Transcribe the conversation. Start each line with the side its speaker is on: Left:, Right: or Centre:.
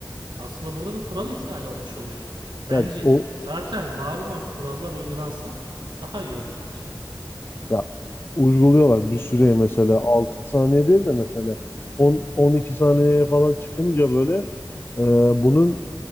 Right: Aslında burada bir kural ihlali olmuş oluyor. Bence
Left: Yani o
Right: zaten var olan kurallar uygulansa daha iyi olur bence.
Left: ya uyguluyorlar bir süreye mesela 6 saniye değil de mesela on on iki saniyeye falan çıkınca böyle e, bunun